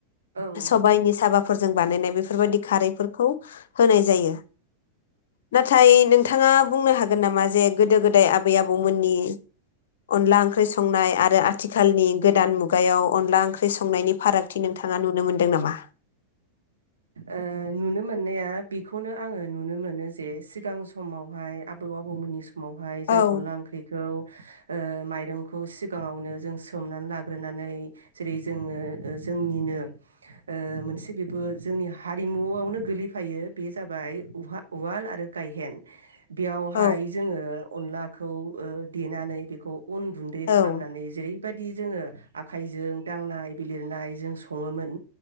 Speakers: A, on the right; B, on the left.
A: औ
B: सबाइनि साबा फोरजों बानायनाय बे बेफोरबायदि खारैफोरखौ होनाय जायो ना थाय नों थाङा बुंनो हागोन गोन नामा जे गोदाय आब आबै आबौमोननि अनला ओंख्रि संनाय आबै आबौमोननि अनला ओंक्रि संनाय आरो आथिखालनि गोदान मुगायाव अनला ओंख्रि संनायनि फारागथि नोंथाङा नुनो मोनदों नामा
A: ओ नुनो मोननाया बेखौनो आङो नुनो मोनो जे सिगां समावहाय आबौ आबौमोननि सम समावहाय
B: औ
A: जों अनला ओंख्रिखौ ओ माइरंखौ सिगाङावनो जों सोमनानै लाग्रोनानै जेरै जोङो ओ जोंनिनो ओ मोनसे बि बो जोंनि हारिमुआवनो गोलैफायो बे जाबाय उहा उवाल आरो गायहेन बेयावहाय
B: औ
A: जोङो अनलाखौ ओ देनानै बेखौ अन गुन्दै
B: औ
A: खालामनानै जेरै बायदि जों आखाइजों दांनाय बिलिरनाय जों सङोमोन